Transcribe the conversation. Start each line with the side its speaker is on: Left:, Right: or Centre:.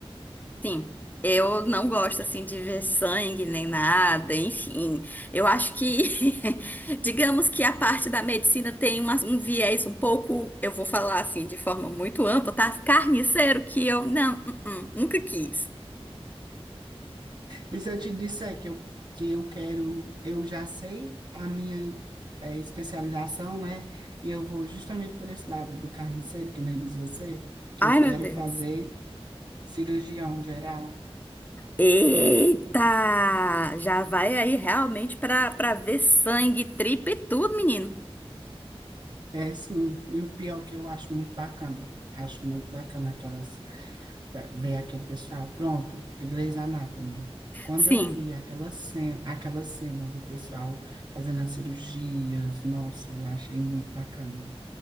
Left: Sim, eu não gosto assim de ver sangue nem nada, enfim. Eu acho que, <laughs> digamos que a parte da medicina tem uma- um viés um pouco, eu vou falar assim de forma muito ampla, tá? Carniceiro que eu não, uh-uh, nunca quis.
Right: E se eu te disser que eu, que eu quero, eu já sei a minha eh, especialização, né? E eu vou justamente por esse lado do carniceiro, que nem diz você, que
Left: Ai,
Right: eu quero
Left: meu Deus.
Right: fazer cirurgião geral.
Left: Eita! Já vai aí realmente pra, pra ver sangue, tripa e tudo, menino.
Right: É sim, e o pior que eu acho muito bacana, acho muito bacana aquelas, ver aquele pessoal, pronto, Grey's Anatomy. Quando
Left: Sim.
Right: eu vi aquela cena, aquela cena do pessoal fazendo as cirurgias, nossa, eu achei muito bacana.